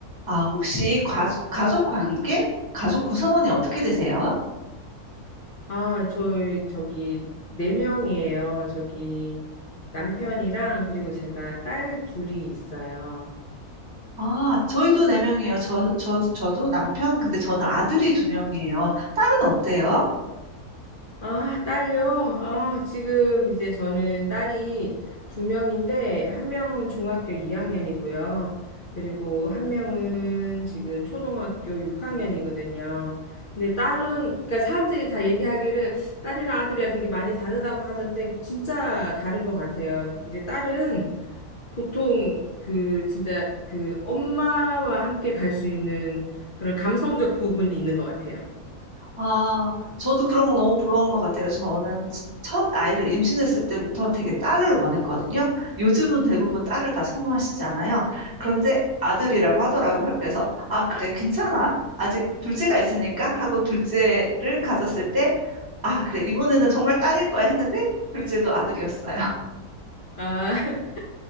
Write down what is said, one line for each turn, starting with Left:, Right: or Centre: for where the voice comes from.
Right: 아, 혹시 가, 가족 관계? 가족 구성원이 어떻게 되세요?
Left: 아, 저희 저기 네 명이에요. 저기 남편이랑 그리고 제가 딸 둘이 있어요.
Right: 아, 저희도 네명이에요 저, 저, 저도 남편, 근데 저는 아들이 두명이에요 딸은 어때요?
Left: 아, 딸요? 아, 지금 이제 저는 딸이 두 명인데, 한 명은 중학교 2학년이고요. 그리고 한 명은 지금 초등학교 6학년이거든요. 근데 딸은, 그러니까 사람들이 다 얘기하기를 딸이랑 아들이랑 되게 많이 다르다고 하던데, 진짜 다른 것 같아요. 이제 딸은 보통 그 진짜 그 엄마와 함께 갈 수 있는 그런 감성적 부분이 있는 것 같아요.
Right: 아, 저도 그런 거 너무 부러운 것 같아요. 저는 치- 첫 아이를 임신했을 때부터 되게 딸을 원했거든요. 요즘은 대부분 딸을 다 선호하시잖아요. 그런데 아들이라고 하더라고요. 그래서, 아, 그래, 괜찮아. 아직 둘째가 있으니까 하고 둘째를 가졌을 때 아, 그래. 이번에는 정말 딸일 거야 했는데, 둘째도 아들이었어요. <laughs>
Left: 아, <laughs>